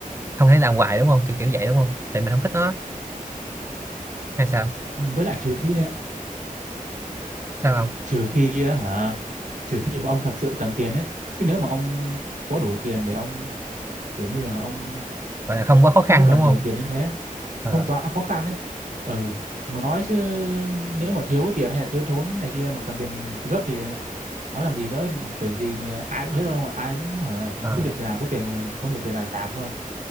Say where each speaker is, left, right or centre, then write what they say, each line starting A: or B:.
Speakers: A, on the right (about 20°); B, on the right (about 65°).
A: không thể làm hoài đúng không kiểu kiểu vậy đúng không tại mình không thích nó hay sao
B: Ừ, với lại trừ khi á-
A: sao không
B: trừ khi á hả trừ khi mà ông thật sự cần tiền ấy chứ nếu mà ông có đủ tiền để ông kiểu như là ông
A: gọi là không quá khó
B: không
A: khăn
B: có cần
A: đúng không
B: nhiều tiền đến thế
A: Ờ,
B: không quá khó khăn đấy ờ mà nói chứ nếu mà thiếu tiền hay là thiếu thốn này kia mà cần tiền gấp thì nói làm gì nữa kiểu gì thì ai cũng thế thôi không ạ ai cũng hả,
A: ờ.
B: cứ việc nào có tiền mà có nhiều tiền là làm thôi